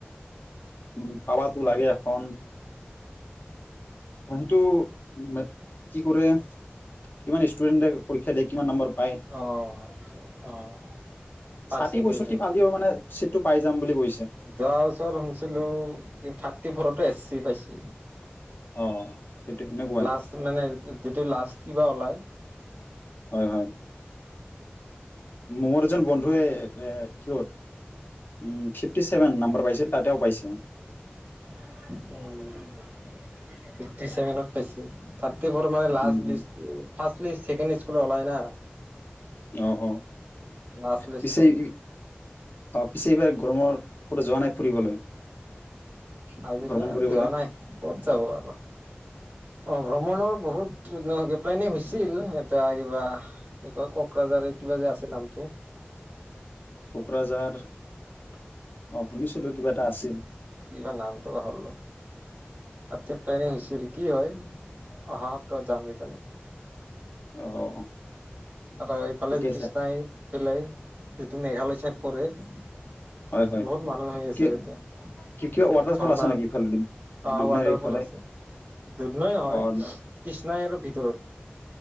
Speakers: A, on the left; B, on the right.
A: উম, পাবাতো লাগে এখন, মানুহটো মে কি কৰে। কিমান ষ্টুডেণ্টে পৰীক্ষা দিয়ে কিমান নম্বৰ, পায়
B: অহ' অ' পাৰ্চেন্টেজ
A: চাঠি পয়ছষ্ঠি পালিও মানে চিটটো পাই যাম বুলি কৈছে।
B: যোৱা বছৰত শুনিছিলোঁ থ্ৰাটি ফৰতো এছ চি পাইছিল।
A: অ' সেইটো সেনেকুৱাই
B: লাষ্ট মানে যিটো লাষ্ট কিবা ওলাই,
A: হয়, হয়। মোৰ এজন বন্ধুৱে এ কিয়ত, উম, ফ্ৰিফটি ছেভেন নাম্বৰ পাইছিল তাতেও পাইছে।
B: উম। ফ্ৰিফটি ছেভেনত পাইছে, থ্ৰাটি ফৰৰ মানে লাষ্ট
A: উম উম
B: list, first list, second list খনো ওলাই না।
A: অ' অ'
B: লাষ্ট লিষ্টত
A: পিছে এইখি, অ' পিছে এইবাৰ গৰমৰ ক'তো যোৱা নাই ফুৰিবলৈ।
B: আজি
A: ভ্ৰমণ
B: ব
A: কৰিবলৈ
B: যোৱা নাই ক'ত যাব আৰু, অ ভ্ৰমণৰ বহুত গ প্লেনিং হৈছিল এটায়া কিবা এই কয় ককৰাজাৰে কিবা যে আছে নামটো।
A: কোকৰাঝাৰ অ শুনিছিলো কিবা এটা আছিল।
B: কিবাৰ নাম তকা হল, ত পেনে হৈছিল কি হয় অহা সপ্তাহত যামগেইজানি,
A: অ
B: আৰু এইফালে
A: ঠিকে আছে
B: কৃষ্ণাই পেলাই যিটো মেঘালয় চাইদ পৰে। বহুত
A: হয় হয়
B: মানুহ হৈ আছে
A: কিবা
B: ইয়াতে। ঝৰ্ণাৰ
A: কিবা ৱাটাৰফল আছে নেকি
B: অ
A: ইফালে দু দুধনৈৰ
B: ৱাটাৰ
A: ইফালে
B: ফল আছে। দুধ নৈ হয়
A: অ',
B: কৃষ্ণাইৰ আৰু ভিতৰত।